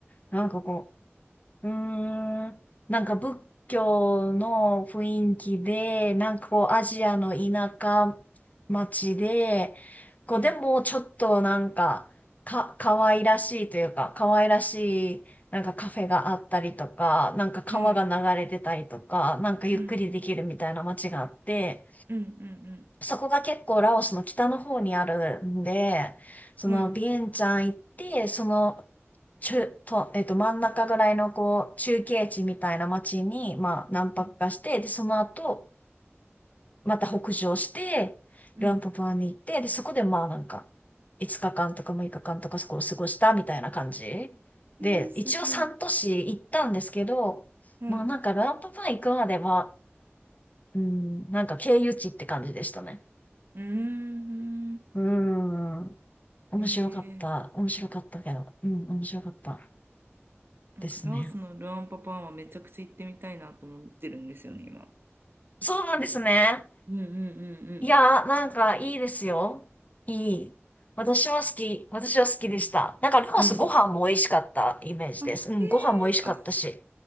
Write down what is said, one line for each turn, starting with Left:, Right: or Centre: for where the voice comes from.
Left: なんかこう、うーん。なんか仏教の雰囲気で、なんかこうアジアの田舎町で、こうでもちょっとなんか、
Right: うん。
Left: か、可愛らしいというか、可愛らしいなんかカフェがあったりとか、なんか川が流れてたりとか、
Right: はい、
Left: なんかゆっくりできるみたいな街があって、
Right: うん。うん、うん、
Left: そこが結構ラオスの北の方にあるんで、そのビエンチャン行って、
Right: うん、はい、
Left: その中、と、えっと、真ん中ぐらいのこう、中継地みたいな街に、まあ、何泊かして、
Right: うん。
Left: で、その後、また北上して、
Right: うん。
Left: ルアンププアに行って、で、そこでまあなんか、5日間とか6日間とかそこを過ごしたみたいな感じ。で、
Right: えー、すごい、
Left: 一応3都市行ったんですけど、
Right: はい。
Left: まあなんかルアンププア行くまでは、
Right: う
Left: うん、なんか経由地って感じでしたね。
Right: ーん、
Left: うーん。面白かった。
Right: え
Left: 面白かったけど。うん、面白かった
Right: ー、
Left: ですね。
Right: なんかラオスのルアンパパンはめちゃくちゃ行ってみたいなと思ってるんですよね、今。
Left: そうなんですね。
Right: うんうんうんうん。
Left: いやー、なんかいいですよ。いい。私は好き。私は好きでした。
Right: うん
Left: なんか、ラオスご飯も美味しかったイメージです。
Right: うんあ、
Left: うん、
Right: へ
Left: ご飯も美味しかったし。
Right: え、あ、